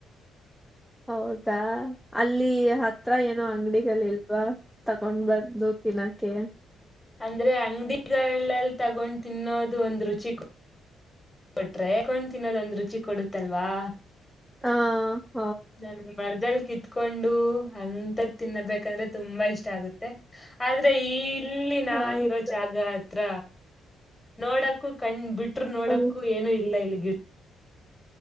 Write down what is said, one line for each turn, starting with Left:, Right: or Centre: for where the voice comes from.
Centre: ಹೌದಾ ಅಲ್ಲಿ ಹತ್ರ ಏನು ಅಂಗಡಿ ಲ್ಲಿ ಇಲ್ವಾ ತಗೊಂಡ್ ಬಂದು ತಿಿನಕ್ಕೆೆ
Left: ಅಂದ್ರೆ ಅಂಗಡಿ ತಗೊಂಡ್ ತಿನ್ನೋದು ಒಂದ್ ರುಚಿ ಕೊಟ್ರೆ ತಗೊಂಡ್ ತಿನ್ನೋದ ಒಂದ್ ರುಚಿ ಕೊಡುತ್ತಲ್ವಾ
Centre: ಹಾ
Left: ನನ್ಗೆ ಮರ್ದಲ್ ಕಿತ್ ಕಕೊಂಡು ಅಂತದ ತಿನ್ನಬೇಕಂದ್ರೆ ತುಂಬಾ ಇಷ್ಟ ಆಗುತ್ತೆ ಆದ್ರೆ ಈ ಇಲ್ಲಿ ನಾ
Centre: ಹೌದು
Left: ಇರೋ ಜಾಗ ಹತ್ರ ನೋಡಕ್ಕೂ ಕಂಡ್ ಬಿಟ್ಟ ನೋಡಕು
Centre: ಹ್ಮ
Left: ಏನು ಇಲ್ಲ ಇಲ್ಲಿ ಗಿಫ